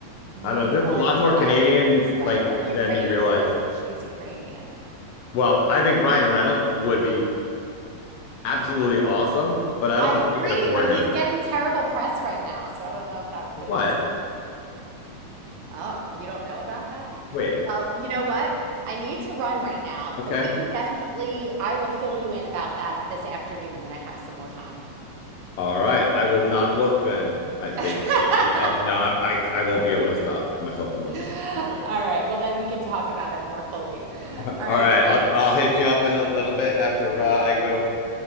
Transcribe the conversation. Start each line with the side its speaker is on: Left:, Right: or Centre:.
Right: Mila's
Left: I don't know. There's a lot more
Right: Russian,
Left: Canadians
Right: right?
Left: like
Right: Or Ukrainian.
Left: than you realize.
Right: I think she's Ukrainian.
Left: Well, I think Ryan Reynolds would be absolutely awesome, but I
Right: I
Left: don't think
Right: agree,
Left: we can afford
Right: but he's
Left: him.
Right: getting terrible press right now, so I don't know if that's
Left: What?
Right: the best move. Oh, you don't know about that?
Left: Wait.
Right: Well, you know what? I need to run right now,
Left: Okay.
Right: but we can definitely, I will fill you in about that this afternoon when I have some more time.
Left: All right. I will not
Right: All
Left: look then, I think.
Right: right.
Left: Maybe no, no, I I won't be able to stop myself from looking.
Right: <laughs> All
Left: I'm sorry.
Right: right. Well, then we can talk about it more fully.
Left: All
Right: All
Left: right.
Right: right, great.
Left: I'll I'll hit you up in a little bit after uh, I go